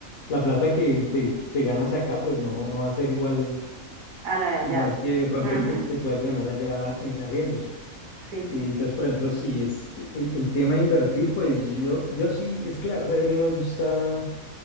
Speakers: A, on the left; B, on the right.
A: La plata que te, te ganas acá, pues no, no va a ser igual,
B: A la de allá.
A: igual que de pronto
B: Ujú,
A: lo que te puedas ganar allá en arriendos.
B: Sí,
A: Y
B: sí,
A: entonces,
B: sí.
A: por ejemplo, si es el, el tema de invertir, pues yo, yo sí, es claro, a mí no me gusta,